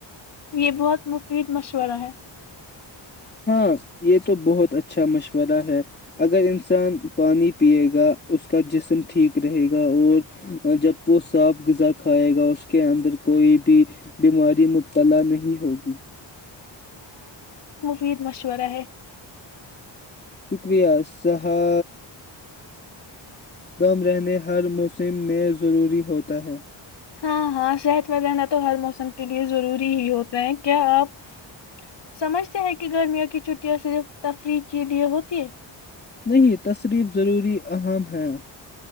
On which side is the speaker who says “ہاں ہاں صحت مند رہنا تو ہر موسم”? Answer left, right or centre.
Left